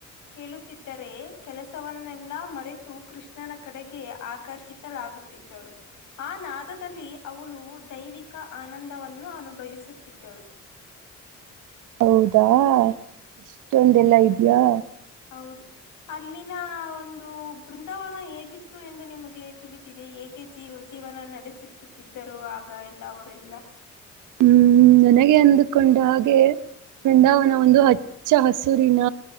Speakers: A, on the left; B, on the right.
A: ಕೇಳುತ್ತಿದ್ದರೆ ಕೆಲಸವನ್ನೆಲ್ಲಾ ಮರೆತು ಕೃಷ್ಣನ ಕಡೆಗೆ ಆಕರ್ಷಿತಲಾಗು ಳು ಆ ನಾದದಲ್ಲಿ ಅವಳು ದೈವಿಕ ಆನಂದ ನ್ನು ಅನುಭವಿಸುತ್ತಿದ್ದಳು
B: ಹೌದಾ ಇಷ್ಟೊಂದೆಲ್ಲಾ ಇದ್ಯಾಾ
A: ಹ ಅಲ್ಲಿನ ಒಂದು ಬೃಂದಾವನ ಹೇಗಿತ್ತು ಎಂದು ನಿಮಗೆ ತಿಳಿದಿದೆ ಹೇ ಜೀವ ಜೀವನ ನಡೆಸುತ್ತುತ್ತಿದ್ದರು ಆಗ ಎಲ್ಲ ಅವರೆಲ್ಲ
B: ಹ್ಮ್ ನನಗೆ ಅಂದುಕೊಂಡ ಹಾಗೆ ಬೃಂದಾವನ ಒಂದು ಹಚ್ಚ ಹಸುರಿನ